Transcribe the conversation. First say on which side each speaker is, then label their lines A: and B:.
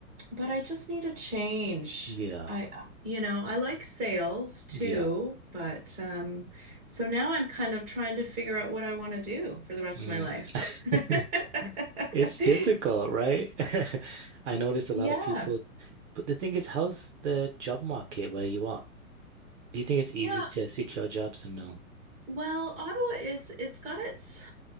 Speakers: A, on the right; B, on the right.
A: But I just need a change.
B: Yeah.
A: I, I- you know, I like sales too,
B: Yeah.
A: but um, so now I'm kind of trying to figure out what I want to do for the rest
B: Mm.
A: of my life.
B: <laughs>
A: <laughs>
B: It's difficult, right? <laughs> I notice a
A: Yeah.
B: lot of people, but the thing is, how's the job market where you are? Do you think it's easy
A: Yeah.
B: to secure jobs or no?
A: Well, Ottawa is, it's got its,